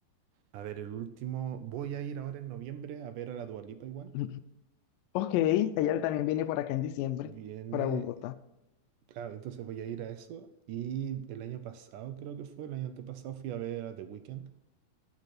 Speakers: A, on the right (about 75°); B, on the left (about 80°).
A: A ver, el último. Voy a ir ahora en noviembre a ver a la Dua Lipa igual.
B: <laughs> Ok, ella también viene por acá en diciembre,
A: Viene.
B: para Bogotá.
A: Claro, entonces voy a ir a eso. Y el año pasado, creo que fue, el año antepasado, fui a ver a The Weeknd.